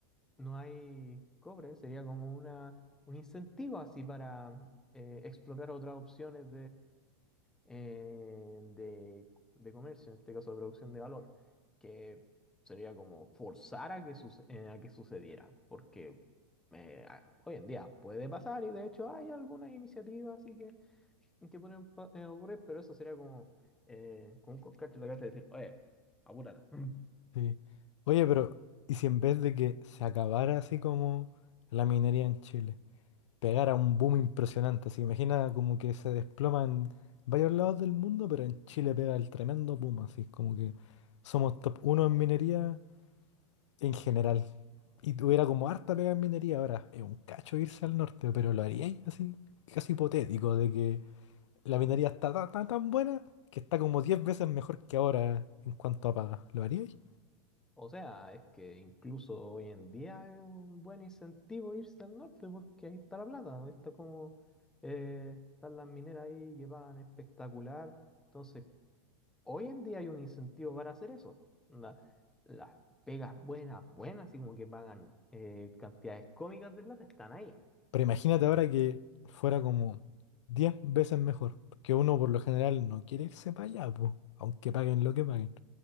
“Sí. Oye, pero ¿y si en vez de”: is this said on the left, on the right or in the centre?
Left